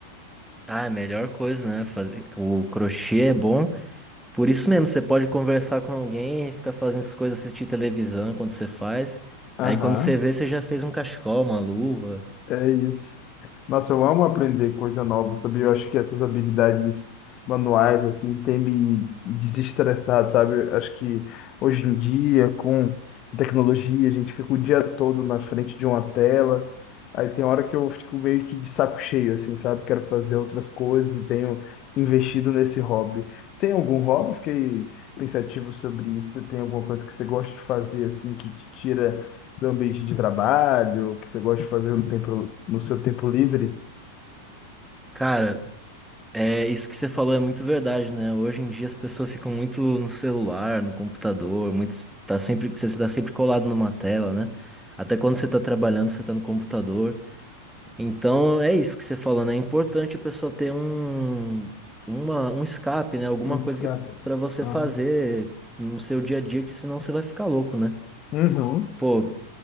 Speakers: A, in the centre; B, on the left.
A: Ah, a melhor coisa, né? Fazer... O crochê é bom. Por isso mesmo, você pode conversar com alguém, ficar fazendo essas coisas, assistir televisão enquanto você faz.
B: Aham.
A: Aí quando você vê, você já fez um cachecol, uma luva.
B: É isso. Nossa, eu amo aprender coisa nova, sabe? Eu acho que essas habilidades manuais, assim, têm me desestressado, sabe? Eu Acho que hoje em dia, com a tecnologia, a gente fica o dia todo na frente de uma tela. Aí tem hora que eu fico meio que de saco cheio, assim, sabe? Quero fazer outras coisas e tenho investido nesse hobby. Você tem algum hobby? Fiquei pensativo sobre isso. Você tem alguma coisa que você gosta de fazer, assim, que te tira do ambiente de trabalho, que você gosta de fazer no tempo, no seu tempo livre?
A: Cara, é isso que você falou é muito verdade, né? Hoje em dia as pessoas ficam muito no celular, no computador, muito tá sempre você está sempre colado numa tela, né? Até quando você tá trabalhando, você tá no computador. Então é isso que você falou, né? É importante a pessoa ter um, uma, um escape, né? Alguma
B: Nossa,
A: coisa
B: cara.
A: que, pra você
B: Ah,
A: fazer no seu dia a dia, que senão você vai ficar louco, né?
B: Uhum.
A: Pô,